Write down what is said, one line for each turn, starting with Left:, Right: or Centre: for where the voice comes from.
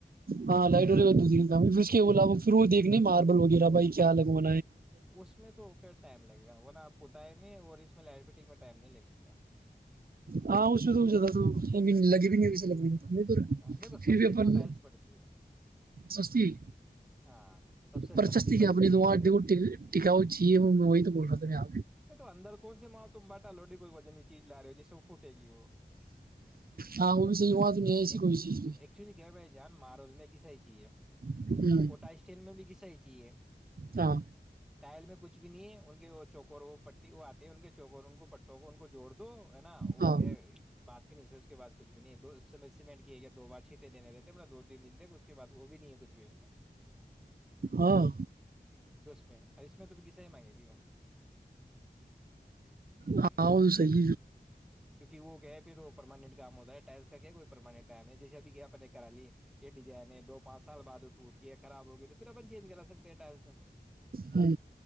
Right: ہاں لائٹ والیے دو ت کا ف کے بلا شرو دیکھنے ماربل وغیرہ بھائی کیا لگا
Centre: اس میں تو ٹائم لگے گا نا آپ بت میں اور اس میں لائٹ فٹنگ میں ٹائم نہیں لگے گا
Right: ہاں اچو تو لگی بھی نہیں س لگ
Centre: ہاں، دیکھو
Right: پھر
Centre: سستی
Right: بھی اپن
Centre: تو ٹائلس پڑتی ہے
Right: سستی
Centre: ہاں سب سے سستی
Right: پرشستی کیا
Centre: پڑتی
Right: اپنی تواں
Centre: یہ
Right: د ٹکاؤ چاہیے میں وہی تو بول رہ میں آ
Centre: ا تو اندر کون سی ماؤ تم ب بیٹا لوڈی کوئی وجن نہیں چیزا رہے جس س گی وہ
Right: ہاں وہ بھی صحیح ہوا تو نہیں ہے ایسی
Centre: ایک
Right: کوئی چیز
Centre: ایکچولی کیا ب جان مارول میں کی سی چی ہے
Right: بھی ہوں
Centre: کوٹا اسٹینڈ میں بھی کسا ہی جیے
Right: ہاں
Centre: ٹائل میں کچھ بھی نہیں ہے ان کے وہ چوک اور وہ پٹی وہ آتے ہیں ان کے چوک اور ان کو پٹوں کو ان کو جوڑ دو ہے نا اور
Right: ہاں
Centre: کیا بات نہیں سر اس کے بد کچھ بھی نہیں ہے اس سیمنٹ کی ہے یا دو بار چھینٹے دینے رہتے ہیں مطلب دو دن دن دے اس کے بد وہ بھی نہیں ہے کچھ بھی اس میں
Right: ہاں
Centre: اور اس میں تو بھی غسا ہی مانگے گی وہ
Right: ہاں سج
Centre: کیونکہ وہ کیا ہے پھر وہ پرماننٹ کام ہوتا ہے ٹائلس کا کیا ہے کوئی پرماننٹ ٹائم ہے جیسے اب کیا اپ نے کرا لی یہ ڈیزائن ہے دو پانچ سال بعد وہ ٹوٹ گیا خراب ہو گیا تو پھر اپن چینج کرا سکتے ہیں ٹائلس میں تو
Right: ہاں